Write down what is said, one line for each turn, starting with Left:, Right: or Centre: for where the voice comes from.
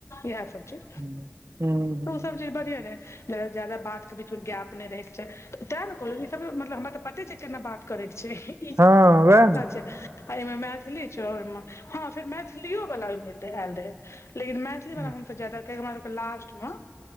Left: इएह सब चीज।
Right: ह
Left: ओ सब चीज बढ़िआ रहय। जादा बात के बीचमे गैप नहि रहय के छैय तें ने कहल ई सब मतलब हमरा तऽ पते छैय केना बात करे के छैय।
Right: हँ वैह न।
Left: एहिमे मैथिली छौ ओहि हँ फेर मैथिलियो वाल आयल रहय। लेकिन मैथिली वला
Right: ह
Left: हम जादा कह हमरा लास्ट मे